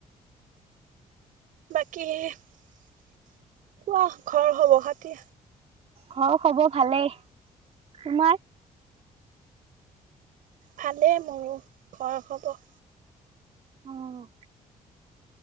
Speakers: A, on the right; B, on the right.
A: বাকী কোৱা ঘৰ খবৰ - খাতী?
B: ঘৰৰ খবৰ ভালেই তোমাৰ?
A: ভালেই মোৰো, ঘৰ খবৰ।
B: অ',